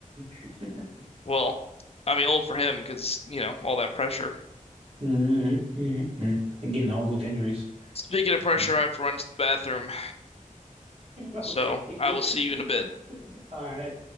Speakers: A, on the right (about 45°); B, on the left (about 45°).
A: <laughs>
B: Well, I mean old for him because, you know, all that pressure.
A: hmm hmm And getting all those injuries.
B: Speaking of pressure,
A: Mm.
B: I have to run to the bathroom,
A: <laughs>
B: so
A: Okay. <laughs>
B: I will see you in a bit.
A: All right.